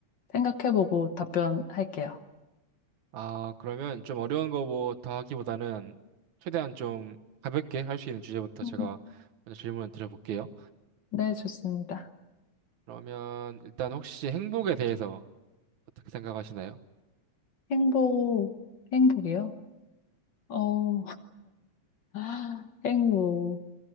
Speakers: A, on the left; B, on the right.
A: 생각해보고 답변할게요.
B: 아, 그러면 좀 어려운 거부터 하기보다는 최대한 좀 가볍게 할 수 있는 주제부터
A: 음.
B: 제가 먼저 질문을 드려볼게요.
A: 네, 좋습니다.
B: 그러면 일단 혹시 행복에 대해서 어떻게 생각하시나요?
A: 행복, 행복이요? 어, <laughs> 행복.